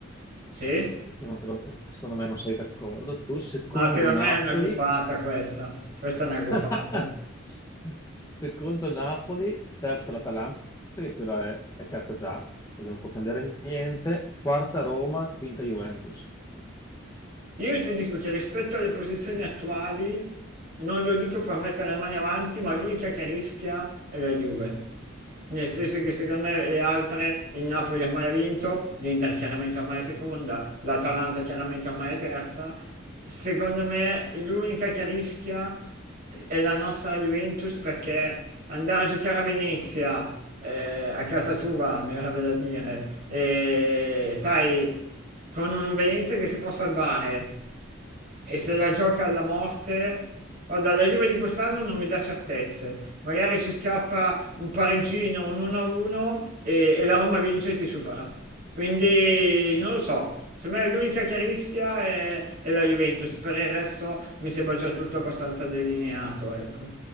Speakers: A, on the right; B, on the left.
A: Sì?
B: perché non te lo- secondo me non sei d'accordo, tu, secondo
A: Ma secondo
B: Napoli,
A: me è una gufata questa, questa è
B: <laughs>
A: una gufata.
B: secondo Napoli, terzo l'Atalanta, che quella è, è terza già, perché non può cambiare niente, quarta Roma, quinta Juventus.
A: Io ti dico che rispetto alle posizioni attuali, non lo dico per mettere le mani avanti, ma l'unica che rischia è la Juve. Nel senso che secondo me le altre, il Napoli ormai ha vinto, l'Inter chiaramente ormai è seconda, l'Atalanta chiaramente ormai è terza. Secondo me l'unica che rischia è la nostra Juventus perché andare a giocare a Venezia, eh, a casa tua, mi verrebbe da dire, e sai, con un Venezia che si può salvare e se la gioca alla morte. Guarda, la Juve di quest'anno non mi dà certezze. Magari ci scappa un pareggino, un 1-1 e, e la Roma vince e ti supera. Quindi non lo so. Secondo me l'unica che rischia è, è la Juventus. Per il resto mi sembra già tutto abbastanza delineato, ecco.